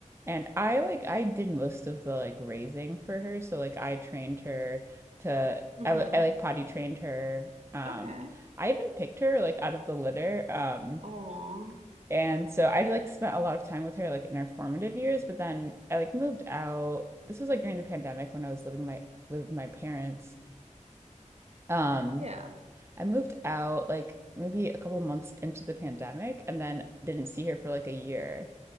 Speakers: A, on the right; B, on the right.
A: and I like I did most of the like raising for her so like I trained her to
B: Mm-hmm.
A: I, w- I like potty trained her um
B: Okay.
A: I even picked her like out of the litter um
B: Oh.
A: and so I like spent a lot of time with her like in her formative years but then I like moved out this was like during the pandemic when I was living my with my parents um
B: Yeah.
A: I moved out like maybe a couple months into the pandemic and then didn't see her for like a year